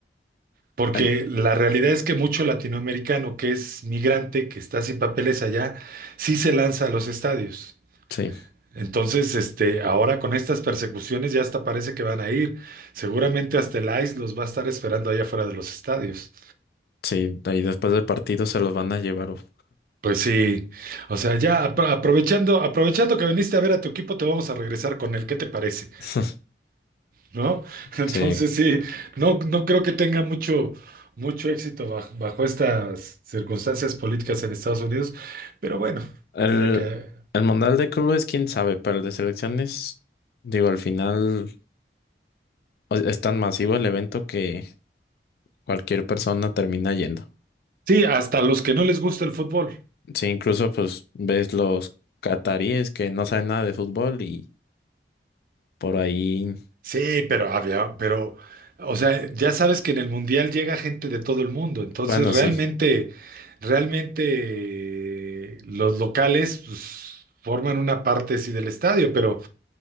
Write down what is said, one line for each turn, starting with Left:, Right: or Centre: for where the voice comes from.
Right: Porque
Left: An-
Right: la realidad es que mucho latinoamericano que es migrante, que está sin papeles allá, sí se lanza a los estadios.
Left: sí,
Right: Entonces, este, ahora con estas persecuciones ya hasta parece que van a ir. Seguramente hasta el ICE los va a estar esperando allá afuera de los estadios.
Left: sí. Y después del partido se los van a llevar. uf.
Right: Pues sí, o sea, ya apro- aprovechando, aprovechando que viniste a ver a tu equipo, te vamos a regresar con él. ¿Qué te parece?
Left: <laughs>
Right: ¿no? <laughs> Entonces
Left: Sí.
Right: sí, no, no creo que tenga mucho, mucho éxito bajo, bajo estas circunstancias políticas en Estados Unidos, pero bueno,
Left: El,
Right: mira que
Left: el Mundial de Clubes, quién sabe, pero el de selecciones, digo, al final o- es tan masivo el evento que cualquier persona termina yendo.
Right: sí, hasta los que no les gusta el fútbol.
Left: Sí, incluso pues ves los cataríes que no saben nada de fútbol y por ahí,
Right: Sí, pero había, pero, o sea, ya sabes que en el Mundial llega gente de todo el mundo, entonces
Left: bueno,
Right: realmente,
Left: sí.
Right: realmente eh, los locales pues, forman una parte sí del estadio, pero